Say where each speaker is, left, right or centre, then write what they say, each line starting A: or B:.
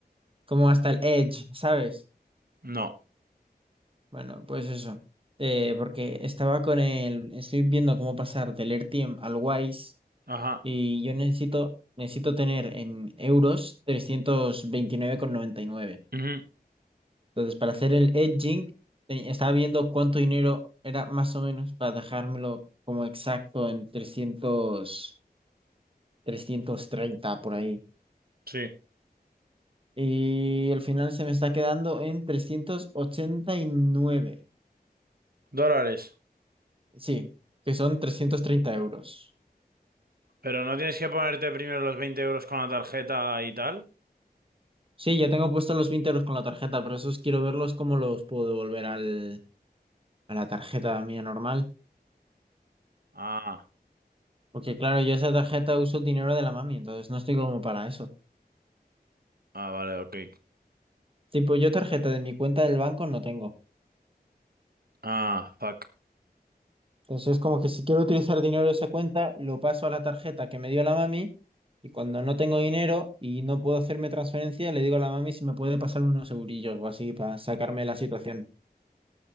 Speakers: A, on the right; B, on the right.
A: como hasta el edge, ¿sabes?
B: No.
A: Bueno, pues eso. Eh, porque estaba con el, estoy viendo cómo pasar del RTM al Wise
B: Ajá.
A: y yo necesito, necesito tener en euros trescientos veintinueve con noventa y nueve
B: Ujú,
A: Entonces, para hacer el edging, te- estaba viendo cuánto dinero era más o menos para dejármelo como exacto en trescientos trescientos treinta por ahí.
B: Sí.
A: Y al final se me está quedando en trescientos ochenta y nueve
B: Dólares.
A: Sí, que son 330 euros.
B: Pero no tienes que ponerte primero los 20 euros con la tarjeta y tal.
A: Sí, ya tengo puestos los 20 euros con la tarjeta, pero esos quiero verlos cómo los puedo devolver al, a la tarjeta mía normal.
B: Ah,
A: Porque claro, yo esa tarjeta uso dinero de la mami, entonces no estoy como para eso.
B: ah, vale, ok.
A: Tipo, yo tarjeta de mi cuenta del banco no tengo.
B: Ah, fuck.
A: Entonces, como que si quiero utilizar dinero de esa cuenta, lo paso a la tarjeta que me dio la mami y cuando no tengo dinero y no puedo hacerme transferencia, le digo a la mami si me puede pasar unos eurillos o así para sacarme de la situación.